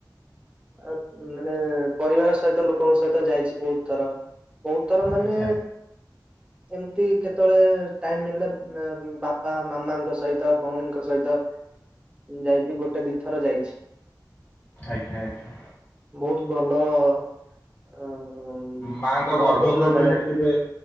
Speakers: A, on the right (about 15°); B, on the left (about 35°).
A: ଆ ମାନେ ପରିବାର ସଇତ ଲୋକଙ୍କ ସଇତ ଯାଇଚି ବହୁତ ଥର। ବହୁତଥର ମାନେ।
B: ଆଚ୍ଛା
A: ଏମତି କେତେଳେ ଟାଇମ ମିଲଲେ ବାପା ମାମାଙ୍କ ସ ସଇତ ଭଉଣୀଙ୍କ ସଇତ ଯାଇଚି ଗୋଟେ ଦିଥର ଯାଇଚି।
B: ଆଜ୍ଞା ଆଜ୍ଞା।
A: ବହୁତ ଭଲ ଆ ଉଁ
B: ମାଙ୍କ
A: ଭାବପୂର୍ଣ୍ଣ
B: ଗର୍ଭଗୃହକୁ
A: ଜାଗାରେ।
B: ସେଠି କେବେ